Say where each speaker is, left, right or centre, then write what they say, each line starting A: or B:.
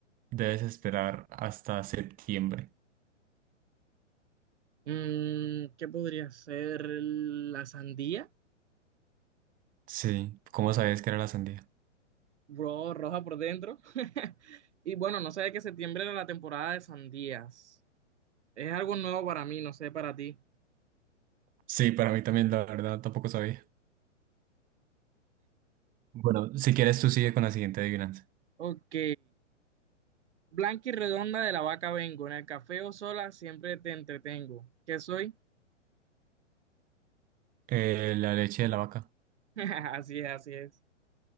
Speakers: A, on the right (about 20°); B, on the right (about 65°).
A: debes esperar hasta septiembre.
B: Mm, ¿qué podría ser la sandía?
A: Sí, ¿cómo sabías que era la sandía?
B: Bro, roja por dentro. <laughs> Y bueno, no sé que septiembre era la temporada de sandías. Es algo nuevo para mí, no sé para ti.
A: Sí, para mí también, la verdad, tampoco sabía. Bueno, si quieres tú sigue con la siguiente adivinanza.
B: Ok. Blanca y redonda de la vaca vengo. En el café o sola siempre te entretengo. ¿Qué soy?
A: Eh, la leche de la vaca.
B: <laughs> Así es, así es.